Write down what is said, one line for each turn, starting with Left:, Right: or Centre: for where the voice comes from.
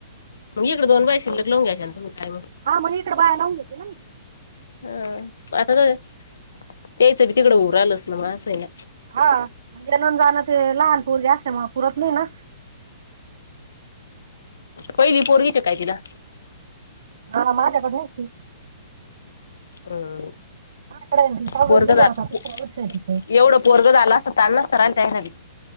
Left: मग इकडेोन बाई
Right: ते सोड.
Left: शिलले लवून घ्याच्यानं मी काय.
Right: हा मग इटर बायला लावून घेते ना म
Left: हा आता तर त्यायचं बी तिकड उऊर आलंच ना मग असंय ना.
Right: ह म्हणजे नून जाणं ते लहानपरे असते मग पुरत नाही ना.
Left: पहिली पोरवी चकायची ना.
Right: हा माझ्याकड नती.
Left: हम.
Right: माझ्याकडे आहे ना ती. सहावीला
Left: पोरग
Right: गेली
Left: एवढं
Right: आता तिसरं वर्ष आहे तिचं.
Left: पोरग झा आला. तना स्थराल त येयरवी.